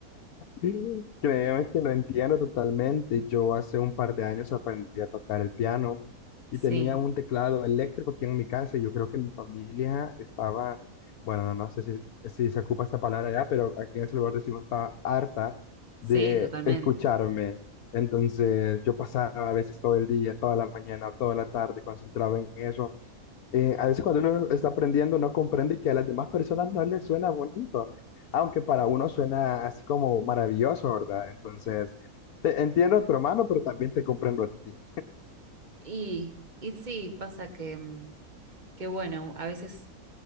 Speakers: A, on the left; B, on the right.
A: Sí, Créeme que lo entiendo totalmente. Yo hace un par de años aprendí a tocar el piano y
B: Sí,
A: tenía un teclado eléctrico aquí en mi casa y yo creo que mi familia estaba, bueno, no, no sé si, si se ocupa esta palabra ya, pero aquí en El Salvador decimos estaba harta
B: sí,
A: de
B: totalmente.
A: escucharme. Entonces yo pasaba a veces todo el día, toda la mañana, toda la tarde concentrado en eso eh, a veces cuando uno está aprendiendo no comprende que a las demás personas no les suena bonito, aunque para uno suena así como maravilloso, ¿verdad? Entonces, te entiendo a tu hermano, pero también te comprendo a ti.
B: Y, y sí, pasa que, mm, que bueno, a veces